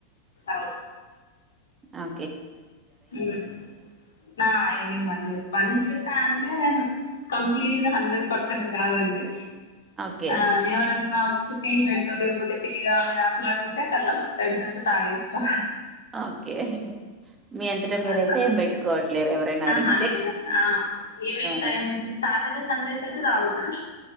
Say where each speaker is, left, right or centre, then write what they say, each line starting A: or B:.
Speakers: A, on the left; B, on the right.
A: అవ్
B: అ
A: మ్ నా ఈవెనింగ్ మళ్ళీ బంద్ చేస్తా అన్ కంప్లీట్గా హండ్రెడ్ పర్సెంట్ కాదండి.
B: ఓకే
A: ఆ ఎవరన్నా వత్తే టీ పెట్టో లేకపోతే టీ కావాలని అట్ల అడిగితే ఖతం టెమ్ట్ అయిపోయి తాగేస్తాం.
B: ఓకే. మీ అంతట మీరైతే
A: అట్లా
B: ఏం పెట్టుకోవట్లేరు ఎవరైనా
A: ఆహా
B: అడిగితే
A: నేను ఆ ఈవినింగ్
B: ఆ
A: టైం సాటర్డే, సండేస్ అయితే తాగుతా.